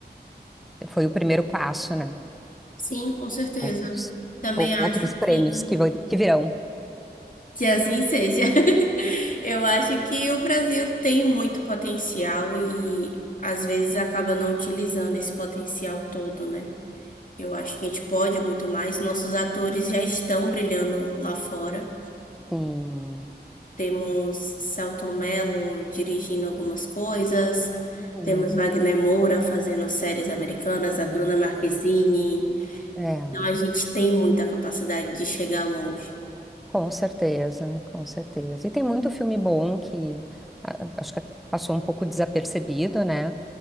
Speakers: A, in the centre; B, on the left.
A: foi o primeiro passo, né?
B: Sim, com certeza.
A: Outros,
B: Também
A: ou-
B: acho
A: outros prêmios
B: que,
A: que, vir- que virão.
B: que assim seja. <laughs> Eu acho que o Brasil tem muito potencial e às vezes acaba não utilizando esse potencial todo, né? Eu acho que a gente pode muito mais. Nossos atores já estão brilhando lá fora.
A: Sim.
B: Temos Selton Mello dirigindo algumas coisas.
A: Uhum.
B: Temos Wagner Moura fazendo séries americanas, a
A: Muito
B: Bruna Marquezine.
A: bom. É,
B: Então a gente tem muita capacidade de chegar longe.
A: com certeza, com certeza. E tem muito filme bom que ah, acho que passou um pouco desapercebido, né,